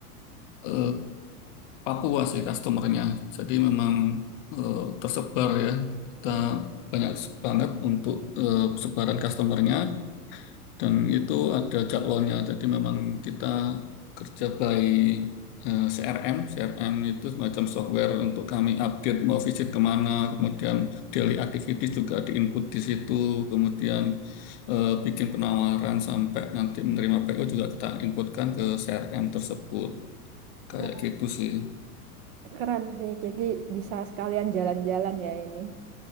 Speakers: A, on the left; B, on the right.
A: eh, Papua sih customernya. Jadi memang eh, tersebar ya. Kita
B: Hmm.
A: banyak banget untuk eh, sebaran customernya. Dan itu ada jadwalnya, jadi memang kita kerja by eh, CRM. CRM itu semacam software untuk kami update mau visit kemana, kemudian daily activities juga diinput di situ, kemudian eh, bikin penawaran sampai nanti menerima PO juga kita inputkan ke CRM tersebut. Kayak
B: Wah,
A: gitu sih.
B: keren sih. Jadi bisa sekalian jalan-jalan ya ini.